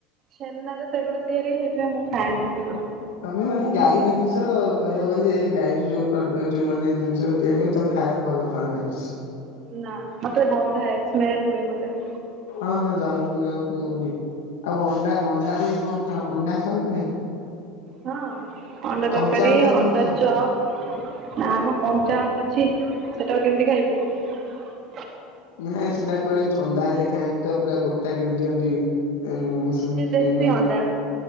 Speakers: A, on the right (about 50°); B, on the left (about 80°).
A: ଛେନାରେ ସେଗୁଡା ତିଆରି ହେଇଥାଏ, ମୁଁ ଖାଏନି ସେଗୁଡା।
B: ତମେ ମାନେ ଗାଈ ଜିନିଷ କହିବାକୁ ଗଲେ ଗାଈର ଯୋଉ ଯୋଉ ମାନେ ଜିନିଷ ତିଆରିଯିବ ତମେ ଖାଇବାକୁ ଭଲ ପାଅନା ବେଶୀ।
A: ନା ମତେ ଗନ୍ଦା ସ୍ମେଲ ହୁଏ ମତେ।
B: ହଁ ହଁ ଜଣଙ୍କୁ ଜଣଙ୍କୁ ବି ଆଉ ଅଣ୍ଡା ଅଣ୍ଡାରେ କଁ ଖାଅ ଅଣ୍ଡା ଖାଅ କି ନାଇଁ।
A: ହଁ ଅଣ୍ଡା ତରକାରୀ
B: କଞ୍ଚା ତମେ
A: ଅଣ୍ଡା
B: ଖାଅ?
A: ଚପ ନାଆଁମ ଅଣ୍ଡା ଛି ସେଟାକୁ କେମିତି ଖାଇବୁ।
B: ନାଁ ସେଇଟା କୁଆଡେ ଥଣ୍ଡା ହେଲେ ଖାଆନ୍ତି। ତ ପୁରା ଗୋଟା ଗିଳିଦିଆନ୍ତି। ଏନ୍ ମୁଁ ଶୁଣିଚି
A: ସେ ଦେଶୀ
B: ଏମାନେ
A: ଅଣ୍ଡା